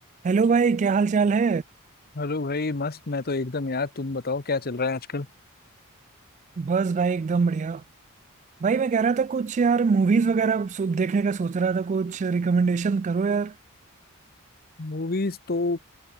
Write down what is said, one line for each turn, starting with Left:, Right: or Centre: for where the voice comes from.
Right: Hello भाई क्या हाल चाल है
Left: हेलो भाई मस्त मैं तो एकदम यार तुम बताओ क्या चल रहा है आजकल
Right: बस भाई एकदम बढ़िया भाई मैं कह रहा था कुछ यार मूवीज वगैरह सो- देखने का सोच रहा था कुछ रिकमेंडेशन करो यार
Left: मूवीज तो